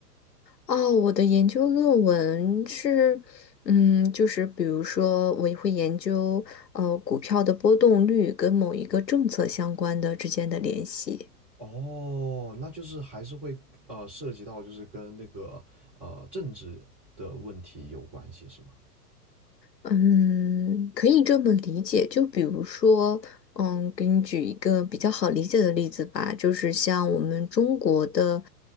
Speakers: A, on the left (about 85°); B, in the centre.
A: 哦，我的研究论文是，嗯，就是比如说，我会研究呃股票的波动率跟某一个政策相关的之间的联系。
B: 哦，那就是还是会呃涉及到就是跟那个呃政治的问题有关系是吗？
A: 嗯，可以这么理解。就比如说，嗯，给你举一个比较好理解的例子吧，就是像我们中国的，